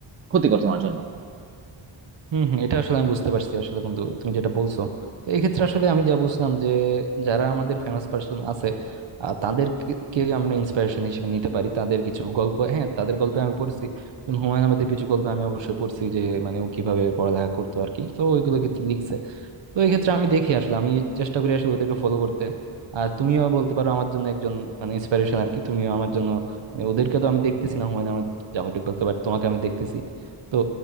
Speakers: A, on the right; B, on the right.
A: ক্ষতি করতো তোমার জন্য
B: হম হম এটা আসলে আমি বুঝতে পারছি আসলে বন্ধু তুমি যেটা বলছো তো এক্ষেত্রে আসলে আমি যা বুঝলাম যে যারা আমাদের ফেমাস পার্সন আছে আহ, তাদেরকে কে আমরা ইন্সপিরেশন হিসেবে নিতে পারি তাদের কিছু গল্প হ্যাঁ তাদের গল্পে আমি পড়ছি যেমন হুমায়ুন আহমেদের কিছু গল্প আমি অবশ্যই পড়ছি যে মানে ও কিভাবে পড়ালেখা করতো আর কি তো ওইগুলো কিন্তু লিখছে তো এই ক্ষেত্রে আমি দেখি আসলে আমি চেষ্টা করি আসলে ওদেরকে ফলো করতে আর তুমিও বলতে পারো আমার জন্য একজন মানে ইন্সপিরেশন আর কি তুমিও আমার জন্য মানে ওদেরকে তো আমি দেখতেছি না হুমায়ুন আহমেদ জাফর ইকবালকে বাট তোমাকে আমি দেখতেছি তো